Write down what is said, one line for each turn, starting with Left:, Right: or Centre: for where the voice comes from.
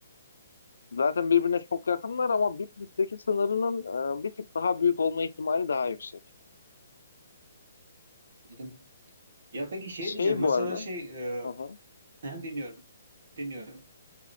Left: zaten birbirine çok yakınlar ama Bitlis'teki sınırının e, bir tık daha büyük olma ihtimali daha yüksek.
Right: Anladım. Ya peki şey
Left: Şey
Right: diyeceğim mesela
Left: bu arada
Right: şey e,
Left: hı hı,
Right: <laughs> dinliyorum. Dinliyorum.